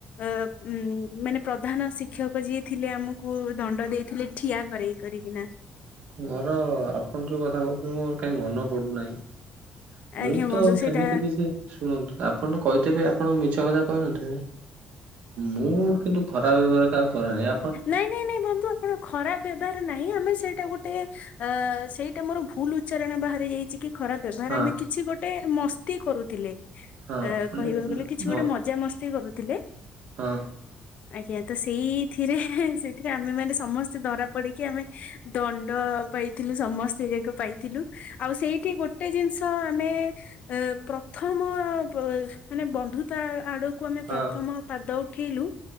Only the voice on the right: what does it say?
ମୋର ଆପଣ ଯୋଉ କଥା କହୁଛନ୍ତି ମୋର କାହିଁ ମନ ପଡୁନାହିଁ। ମୁଁ
ତ
ସେମିତି
କିଛି ଶୁଣନ୍ତୁ ଆପଣ କହିଥିବି ଆପଣ ମିଛ କଥା କହିନଥିବେ ମୁଁ କିନ୍ତୁ ଖରାପ ବ୍ୟବହାର କହାକୁ କରେ ନାହି।
ହଁ।
ହଁ
ମାନେ
ମୋ
ହଁ।
ହଁ